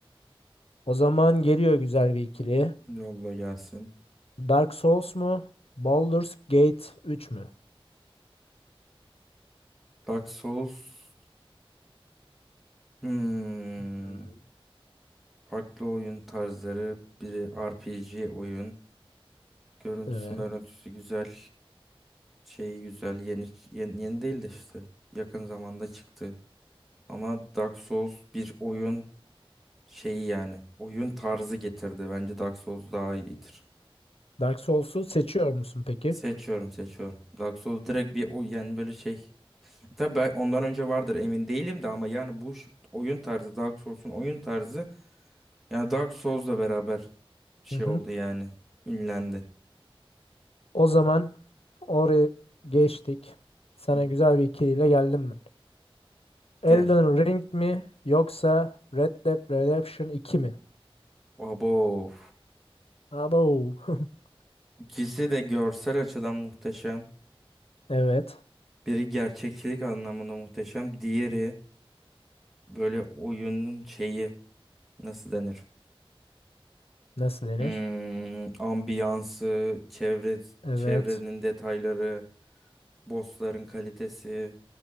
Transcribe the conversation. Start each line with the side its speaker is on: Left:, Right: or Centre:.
Left: O zaman geliyor güzel bir ikili.
Centre: Yolla gelsin.
Left: Dark Souls mu? Baldur's Gate 3 mü?
Centre: Dark Souls. Hmm.
Left: Hı.
Centre: Farklı oyun tarzları. Biri RPG oyun. Görüntüsü
Left: Evet.
Centre: görüntüsü güzel. Şey güzel. Yeni, yeni, yeni değil de işte. Yakın zamanda çıktı. Ama Dark Souls bir oyun şeyi yani. Oyun tarzı getirdi. Bence Dark Souls daha iyidir.
Left: Dark Souls'u seçiyor musun peki?
Centre: Seçiyorum seçiyorum. Dark Souls direkt bir o yani böyle şey. Tabii ben ondan önce vardır emin değilim de ama yani bu ş- oyun tarzı Dark Souls'un oyun tarzı yani Dark Souls'la beraber şey
Left: Hı hı.
Centre: oldu yani ünlendi.
Left: O zaman oraya geçtik. Sana
Centre: Hı,
Left: güzel bir ikiliyle geldim ben. Elden
Centre: gel.
Left: Ring mi yoksa Red Dead Redemption 2 mi?
Centre: Abo.
Left: Abo. <laughs>
Centre: İkisi de görsel açıdan muhteşem.
Left: Evet.
Centre: Biri gerçekçilik anlamında muhteşem. Diğeri böyle oyunun şeyi nasıl denir?
Left: Nasıl denir?
Centre: Hmm, ambiyansı, çevre,
Left: Evet.
Centre: çevrenin detayları. Bossların kalitesi